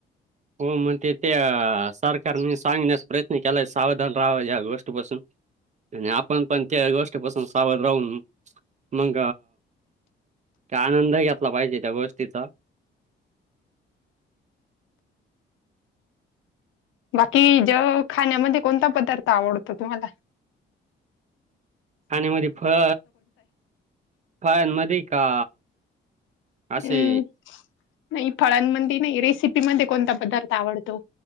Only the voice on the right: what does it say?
हो म्हणते त्या सारखे. कारण मी सांगण्याचा प्रयत्न केलाय सावधान राहा. या गोष्टीपासून आणि आपण पण त्या गोष्टीपासून सावध राहून. मग का आनंद घेतला पाहिजे त्या गोष्टीचा
आणि मध्ये फळ, फळांमध्ये का. आसे.